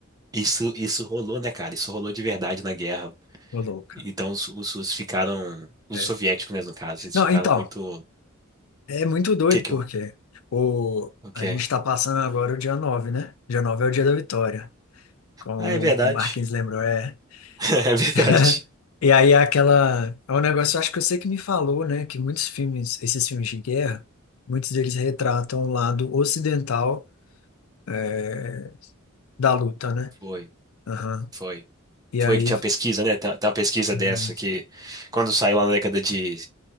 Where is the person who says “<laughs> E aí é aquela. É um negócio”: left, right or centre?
Left